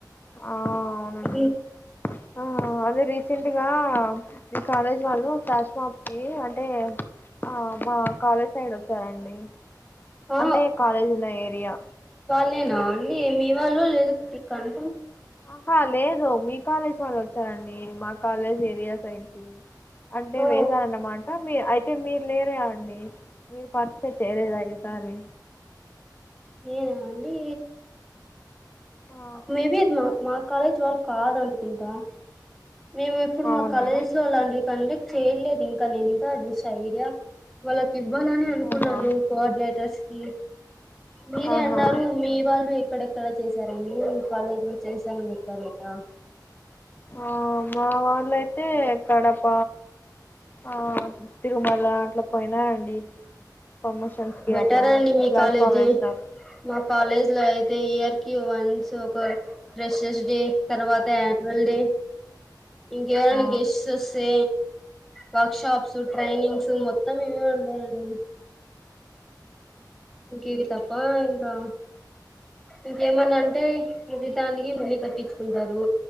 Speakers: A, on the left; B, in the centre.
A: ఆ అవునండి
B: అ
A: ఆ అదే రీ తింటిగా మీ కాలేజ్ వాళ్ళు ఫ్లాష్మోబ్ కి అంటే ఆ మా కాలేజ్ సైడ్ వచ్చారండి
B: ఆ
A: అంటే కాలేజ్ ఉన్న ఏరియా
B: లేనా అండి మీ వాళ్ళో లేదో తిక్కన్
A: ఆహా లేదు మీ కాలేజ్ వాళ్ళు వచ్చారండి మా కాలేజ్ ఏరియా సైడ్కి అంటే
B: ఓ
A: వేషారన్నమాట మీ అయితే మీరు లేరే అండి మీరు <unintelligible> చేయలేద ఈసారి
B: ఏనా అండి
A: ఆ
B: మేబి అది మా మా కాలేజ్ వాళ్లకు కాదనుకుంటా మేము ఎప్పుడు
A: అవునా
B: మా కాలేజెస్ లో అలాంటివి కండక్ట్ చేయట్లేదు ఇంకా నేను ఇంకా జస్ట్ ఐడియా వాళ్ళకి ఇవ్వాలని అనుకున్నాను
A: ఆహా
B: కోఆర్డినేటర్స్ కి మీరే
A: ఆహా
B: అన్నారు మీ వాళ్ళు ఎక్కడెక్కడ చేసి <inaudible> కాలేజ్ లో చేసామని చెప్పారు కదా
A: ఆ మా వాళ్ళయితే కడప ఆ తిరుమల అట్లా పోయినారండి ప్రమోషన్స్ కి
B: బెటర్
A: అట్లా
B: అండి మీ
A: ఫ్లాష్
B: కాలేజీ
A: బాబ్ వేసినారు
B: మా కాలేజ్ లో అయితే ఇయర్ కి వన్ సో ఒక ఫ్రెషర్స్ డే తర్వాత యాన్యువల్ డే ఇంకెవరన్నా
A: ఆ
B: గెస్ట్స్ వస్తే వ షాప్స్ ట్రైనింగ్స్ మొత్తం ఇవే ఉండాలం పోలీస్ ఇంకివి తప్ప ఇంకా ఇంకేమన్నా అంటే ప్రతిదానికి మనీ కట్టించుకుంటారు